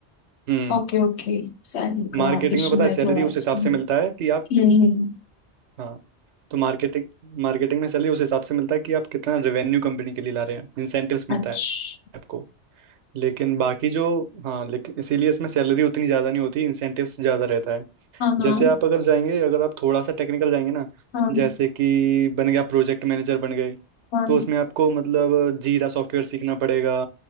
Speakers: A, on the right; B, on the left.
A: हम्म
B: Okay okay Salary का
A: मार्केटिंग
B: इशू
A: में पता
B: है
A: है सैलरी
B: थोड़ा
A: उस
B: इसमें
A: हिसाब से मिलता है कि
B: हम्म।
A: आप हाँ तो मार्केटिंग मार्केटिंग में सैलरी उस हिसाब से मिलता है कि आप कितना रेवेन्यू कंपनी के लिए ला रहे हैं इंसेंटिव्स मिलता
B: अच्छा
A: है आपको लेकिन बाकी जो हाँ लेकिन इसीलिए इसमें सैलरी उतनी ज़्यादा नहीं होती इंसेंटिव्स ज़्यादा रहता है
B: हाँ हाँ
A: जैसे आप अगर जाएंगे अगर आप थोड़ा सा टेक्निकल जाएंगे ना
B: हाँ
A: जैसे कि बन गया प्रोजेक्ट मैनेजर बन गए
B: हाँ
A: तो उसमें आपको मतलब जीरा सॉफ्टवेयर सीखना पड़ेगा